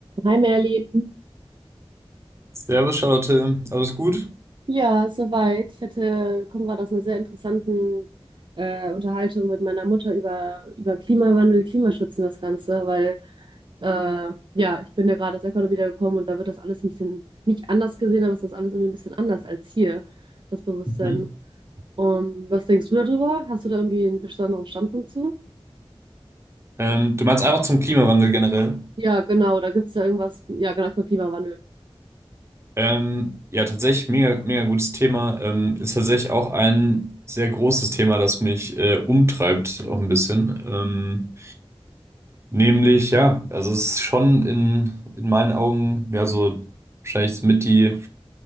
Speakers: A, on the right (about 55°); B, on the right (about 25°).
A: Hi Merlin.
B: Servus, Charlotte. Alles gut?
A: Ja, soweit. Ich hatte, komme gerade aus einer sehr interessanten äh, Unterhaltung mit meiner Mutter über, über Klimawandel, Klimaschutz und das Ganze, weil äh, ja, ich bin ja gerade aus Ecuador wiedergekommen und da wird das alles ein bisschen nicht anders gesehen, aber es ist alles irgendwie ein bisschen anders als hier, das Bewusstsein.
B: Mhm.
A: Um, was denkst du darüber? Hast du da irgendwie einen besonderen Standpunkt zu?
B: Ähm, du meinst einfach zum Klimawandel generell?
A: Ja, genau, da gibt es ja irgendwas. Ja, genau, erstmal Klimawandel.
B: Ähm, ja, tatsächlich mega, mega gutes Thema. Ähm, ist tatsächlich auch ein sehr großes Thema, das mich äh, umtreibt, auch ein bisschen. Ähm, nämlich, ja, also es ist schon in, in meinen Augen, ja, so wahrscheinlich mit die